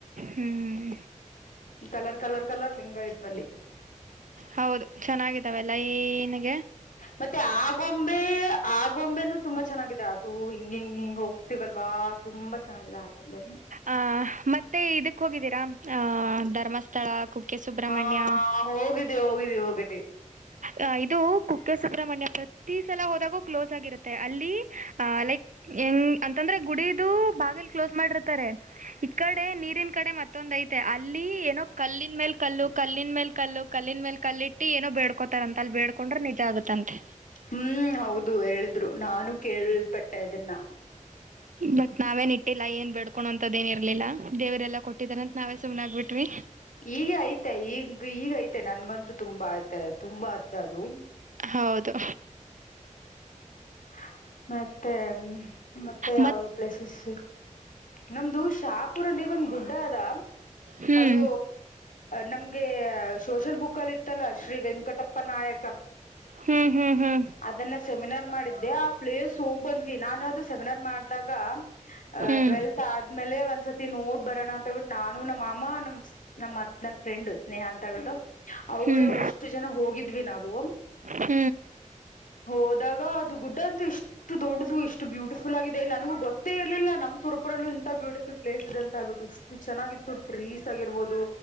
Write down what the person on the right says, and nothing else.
ಹ್ಮ್
ಹೌದು ಚೆನ್ನಾಗಿದ್ದಾವೆಲ್ಲ ಈನಗೆ.
ಆ ಮತ್ತೆ ಇದಕ್ ಹೋಗಿದ್ದೀರಾ ಆಹ ಧರ್ಮಸ್ಥಳ. ಕುಕ್ಕೆ ಸುಬ್ರಹ್ಮಣ್ಯ
ಅ ಇದು ಕುಕ್ಕೆ ಸುಬ್ರಹ್ಮಣ್ಯ ಪ್ರತಿ ಸಲ ಹೋದಾಗೂ ಕ್ಲೋಸ್ ಆಗಿರುತ್ತೆ. ಮತ್ತ ಅಲ್ಲಿ ಲೈಕ್ ಹೆಂಗ. ಅಂತಂದ್ರೆ ಗುಡಿದು ಬಾಗಿಲ್ ಕ್ಲೋಸ್ ಮಾಡಿರ್ತಾರೆ ಈ ಕಡೆ ನೀರಿನ್ ಕಡೆ ಮತ್ತೊಂದ ಐತೆ ಅಲ್ಲಿ. ಏನೋ ಕಲ್ಲಿನ್ ಮೇಲ್ ಕಲ್ಲು ಕಲ್ಲಿನ್ ಮೇಲ್ ಕಲ್ಲು ಕಲ್ಲಿನ್ ಮೇಲ್ ಕಲ್ಲಿಟ್ಟು ಏನೋ ಬೇಡ್ಕೋತಾರಂತ. ಅಲ್ಲಿ ಬೇಡ್ಕೊಂಡ್ರೆ ನಿಜ ಆಗುತ್ತಂತೆ
ಬಟ್ ನಾವೇನ್ ಇಟ್ಟಿಲ್ಲ ಏನ್ ಬೆಡ್ಕೊ ಅಂತದ ಏನ್ ಇರ್ಲಿಲ್ಲ ದೇವ್ರರೆಲ್ಲಾ ಕೊಟ್ಟಿದಾರಂತ ನಾವೇ ಸುಮನೆನಾಗಗ್ಬಿಟ್ವಿ.
ಹೌದು.
ಮತ್
ಹ್ಮ್
ಹ್ಮ್ ಹ್ಮ್ ಹ್ಮ್
ಹ್ಮ್
ಹ್ಮ್
ಹ್ಮ್